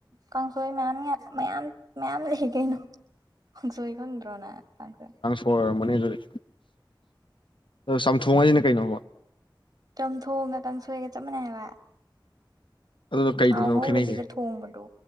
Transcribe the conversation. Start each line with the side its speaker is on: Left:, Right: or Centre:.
Right: ꯀꯥꯡꯁꯣꯏ ꯃꯌꯥꯝ ꯃꯌꯥꯝ ꯃꯌꯥꯝ ꯂꯩ ꯀꯩꯅꯣ ꯈꯥꯡꯁꯣꯏ ꯈꯪꯗ꯭ꯔꯣ ꯅꯪ ꯀꯥꯡꯁꯣꯏ
Left: ꯍꯣꯏ ꯑꯣꯏꯔꯝꯕꯅꯤ ꯑꯗꯨꯗꯤ ꯑꯗꯣ ꯆꯝꯊꯣꯡ ꯍꯥꯏꯁꯤꯅ ꯀꯩꯅꯣꯕ
Right: ꯆꯝꯊꯣꯡꯒ ꯀꯥꯡꯁꯣꯏꯒ ꯆꯞ ꯃꯥꯟꯅꯩ ꯍꯥꯏꯕ
Left: ꯑꯗꯨꯅ ꯀꯩꯗꯅꯣ
Right: ꯊꯥꯎ ꯉꯧꯗꯕꯤꯗ
Left: ꯈꯦꯠꯅꯩꯁꯦ
Right: ꯊꯣꯡꯕꯗꯣ